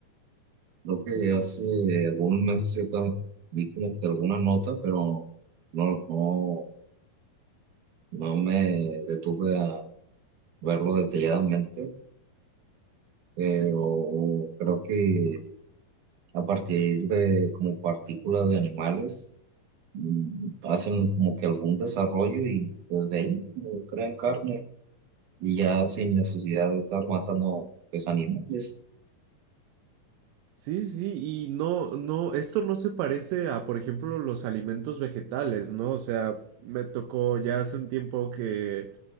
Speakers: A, on the right (about 60°); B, on the right (about 80°).
A: Creo que hace algunos meses sí pa- vi como que alguna nota, pero no, no, no me detuve a verlo detalladamente, pero creo que a partir de como partículas de animales mm, hacen como que algún desarrollo y pues de ahí eh, crean carne y ya sin necesidad de estar matando pues animales.
B: Sí, sí, y no, no, esto no se parece a, por ejemplo, los alimentos vegetales, ¿no? O sea, me tocó ya hace un tiempo que